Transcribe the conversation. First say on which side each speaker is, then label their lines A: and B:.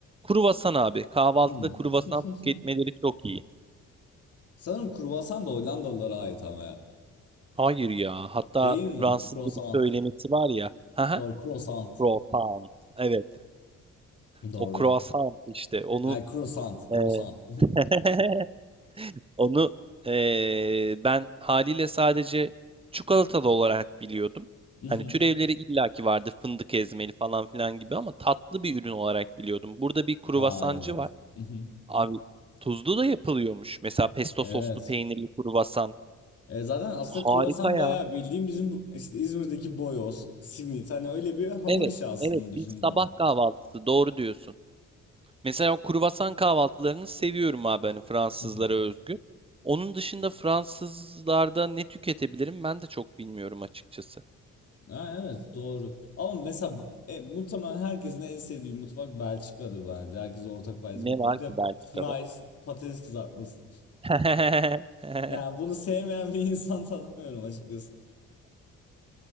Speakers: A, on the right; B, on the left.
A: Kruvasan abi. Kahvaltıda
B: Hmm.
A: kruvasan tüketmeleri
B: <laughs>
A: çok iyi.
B: Sanırım kruvasan da Hollandalılara ait ama ya.
A: Hayır ya. Hatta
B: Değil mi?
A: Fransızca
B: Croissant.
A: bir söylemesi var ya. Haha.
B: Doğru, croissant.
A: Croissant. Evet.
B: Doğru.
A: O croissant işte. Onu
B: Yani croissant, croissant.
A: e, <laughs> Onu eee, ben haliyle sadece çikolatalı olarak biliyordum.
B: <laughs>
A: Hani türevleri illaki vardı fındık ezmeli falan filan gibi ama tatlı bir ürün olarak biliyordum. Burada bir kruvasancı
B: Hayır.
A: var.
B: <laughs> Mhm.
A: Abi tuzlu da yapılıyormuş. Mesela pesto
B: Evet.
A: soslu peynirli kruvasan.
B: E, zaten aslında
A: Harika
B: kruvasan bayağı
A: ya.
B: bildiğim bizim bu- işte İzmir'deki boyoz, simit hani öyle bir hamur
A: Evet,
B: işi aslında
A: evet
B: düşüneceğim.
A: biz sabah kahvaltısı doğru diyorsun. Mesela o kruvasan kahvaltılarını seviyorum abi hani Fransızlara
B: <laughs> Mhm.
A: özgü. Onun dışında Fransızlarda ne tüketebilirim ben de çok bilmiyorum açıkçası.
B: Ha, evet doğru. Ama mesela e, muhtemelen herkesin en sevdiği mutfak Belçika'dır bence. Herkes ortak paydası.
A: Ne var
B: Bir de
A: ki Belçika'da?
B: fries, patates kızartması.
A: <laughs>
B: Yani bunu sevmeyen bir <laughs> insan tanımıyorum açıkçası.